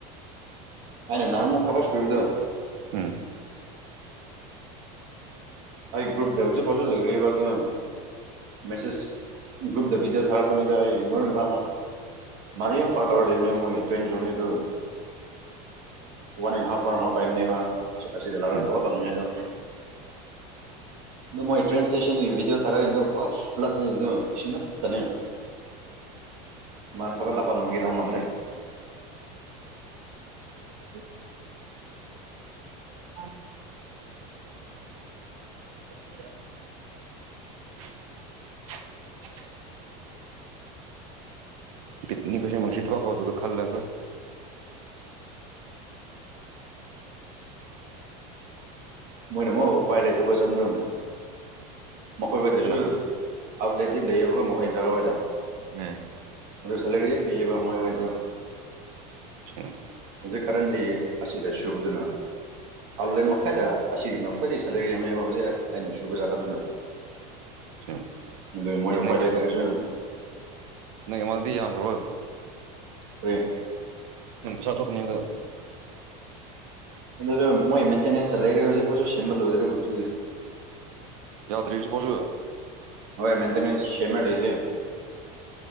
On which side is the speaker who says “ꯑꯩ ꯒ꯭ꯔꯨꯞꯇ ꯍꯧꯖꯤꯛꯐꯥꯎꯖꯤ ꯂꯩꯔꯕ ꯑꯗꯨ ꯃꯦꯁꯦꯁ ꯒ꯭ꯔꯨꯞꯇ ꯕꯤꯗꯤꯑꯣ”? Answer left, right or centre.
Right